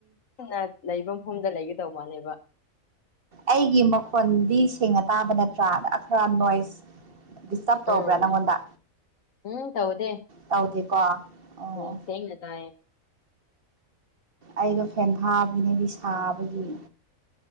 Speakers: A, on the left (about 70°); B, on the right (about 45°).
A: ꯅꯪꯅ ꯂꯩꯕ ꯃꯐꯝꯗ ꯂꯩꯒꯦ ꯇꯧꯕꯅꯦꯕ
B: ꯑꯩꯒꯤ ꯃꯈꯣꯟꯗꯤ ꯁꯦꯡꯅ ꯇꯥꯕ ꯅꯠꯇ꯭ꯔꯥ ꯈꯥꯔ ꯅꯣꯏꯁ ꯗꯤꯁꯇꯞ ꯇꯧꯕ꯭ꯔꯥ
A: ꯎꯝ
B: ꯅꯪꯉꯣꯟꯗ
A: ꯎꯝ ꯇꯧꯗꯦ
B: ꯇꯧꯗꯦꯀꯣ ꯑꯣ ꯑꯣ
A: ꯎꯝ ꯁꯦꯡꯅ ꯇꯥꯏꯌꯦ
B: ꯑꯩꯗꯣ ꯐꯦꯟꯊꯥꯕꯅꯦꯗꯤ ꯁꯥꯕꯒꯤ